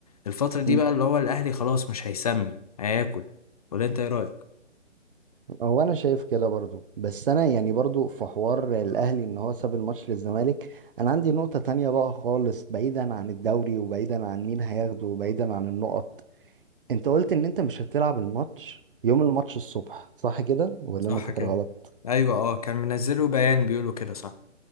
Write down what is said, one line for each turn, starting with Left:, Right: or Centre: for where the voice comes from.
Left: الفترة دي
Right: مم.
Left: بقى اللي هو الأهلي خلاص مش هيسمي هياكل ولا أنت إيه رأيك؟
Right: هو انا شايف كده برضو بس انا يعني برضو في حوار الاهلي ان هو ساب الماتش للزمالك انا عندي نقطة تانية بقى خالص بعيدا عن الدوري وبعيدا عن مين هياخده وبعيدا عن النقط انت قلت ان انت مش هتلعب الماتش يوم الماتش الصبح صح كده ولا
Left: صح
Right: انا فاكر
Left: كده
Right: غلط
Left: ايوه اه كان منزله بيان بيقولوا كده صح